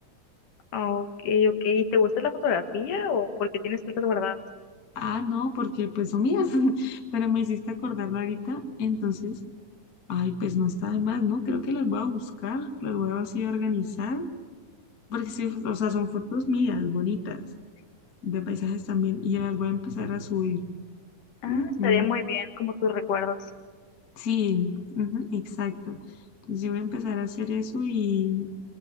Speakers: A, on the left (about 70°); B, on the left (about 35°).
A: Ok, ok, ¿y te gusta la fotografía o por qué tienes tantos guardados?
B: Ah, no, porque pues son mías, <laughs> pero me hiciste acordarlo ahorita, entonces, ay, pues no está de más, ¿no? Creo que las voy a buscar, las voy a así organizar Porque sí, o sea, son fotos mías, bonitas, de paisajes también, y yo las voy a empezar a subir.
A: Ah,
B: Ujú,
A: estaría muy bien, como tus recuerdos.
B: Sí, ujú, exacto. Entonces yo voy a empezar a hacer eso y,